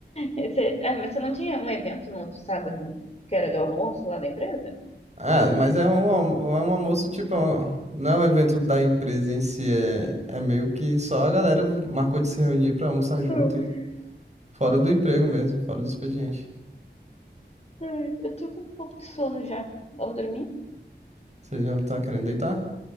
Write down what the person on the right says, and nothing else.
Ah, mas é um, almo- é um almoço, tipo, é um, não é um evento da empresa em si, é, é meio que só a galera marcou de se reunir pra almoçar junto,
e fora do emprego mesmo, fora do expediente.
Você já tá querendo deitar?